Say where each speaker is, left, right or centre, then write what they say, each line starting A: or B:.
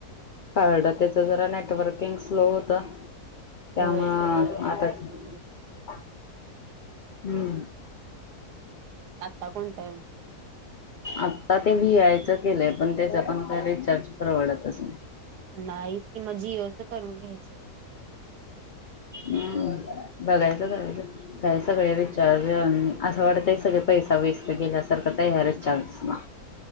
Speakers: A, on the left; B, on the right.
A: कळड त्याच जरा नेटवर्किंग स्लो होत त्या
B: होय
A: म
B: त्याच नेटवर्क
A: आताच हम्म
B: प्रॉब्लेम आता कोणत आहे म
A: आता ते व्ही आयच केलंय पण त्याचा पण काय रिचार्ज परवडतच नाही
B: नाहीच किंवा जिओच करून घ्यायचंय
A: हम्म बघायचं कराच काय सगळे रिचार्ज असं वाटत हे सगळे पैसा वेस प गेल्यासारखं तयारच चास ना